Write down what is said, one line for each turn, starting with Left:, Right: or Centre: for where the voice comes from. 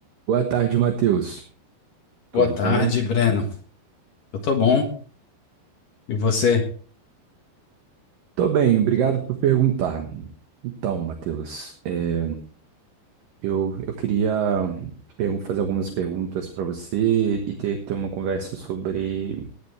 Right: Boa tarde, Matheus. Tudo
Left: Boa tarde,
Right: bem?
Left: Breno. Eu tô bom. E você?
Right: Tô bem, obrigado por perguntar. Então, Matheus, é, eu, eu queria pergun- fazer algumas perguntas para você e ter, ter uma conversa sobre,